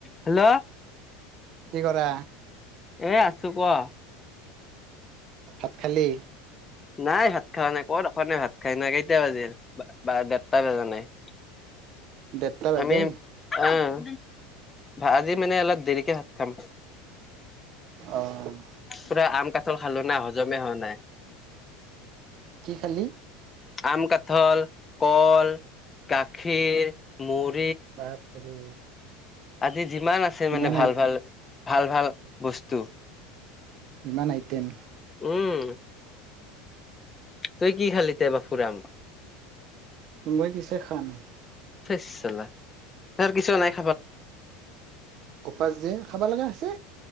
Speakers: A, on the left; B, on the right.
A: Hello.
B: কি কৰা?
A: এ আছো। কোৱা!
B: ভাত খালি?
A: নাই, ভাত খোৱা নাই। ক'ত <unintelligible> ভাত খাইনো। কেইটা বাজিল? বাৰ-দেৰটা বজা নাই।
B: <inaudible> দেৰটা বাজে
A: আমি অ', আজি মানে অলপ দেৰিকে ভাত খাম।
B: অ'।
A: পুৰা আম কাঠাল খালোঁ না, হজমে হোৱা নাই।
B: কি খালি
A: আম, কাঠল কল, গাখীৰ, মুৰ
B: বাপৰে!
A: আজি যিমান আছে, মানে
B: ইমান
A: ভাল-ভাল,
B: আই
A: ভাল-ভাল বস্তু
B: ইমান আইটেম?
A: উম। তই কি খালি তে বাপুৰাম?
B: মই কিছুই খোৱা নাই।
A: <unintelligible>
B: উপৱাস যে, খাব লগা আছে।